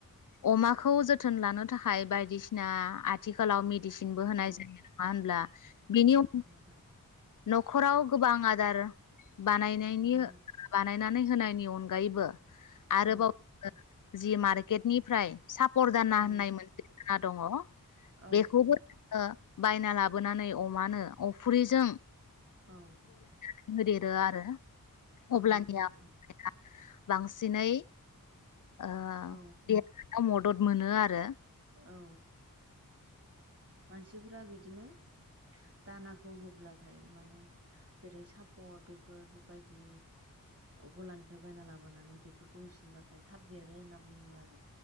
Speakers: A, on the left (about 60°); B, on the right (about 40°).
A: अमाखौ जोथोन लानो थाखाय बायदिसिना आथिखालाव मे दिसिनबो होनाय
B: औ
A: जायो नङा होनब्ला बिनि
B: हां।
A: न'खराव गोबां आदार। बानायनायनि
B: औ
A: बानाय नानै होनायनि अनगायैबो। आरोबाव
B: औ
A: <unintelligible> जि मार्केटनिफ्राय साफ परदाना
B: औ
A: होननाय मोनसे <unintelligible> ना दङ।
B: औ
A: बेखौबो ओह। बायना लाबोनानै अमानो अफ्रिजों।
B: औ।
A: <unintelligible> आरो। अब्लानिया
B: औ नंगौ नोंथां
A: <unintelligible> बांसिनै। ओह
B: औ
A: दे मदद मोनो आरो।
B: औ मानसिफोरा बिद दिनो दानाखौ होब्लाथाय माने जेरै सापर बेफोर बायदि गलानिफ्राय बायना लाबोनानै बेफोरखौ होसिनबाथाय थाब देरो होनना बुङो आरो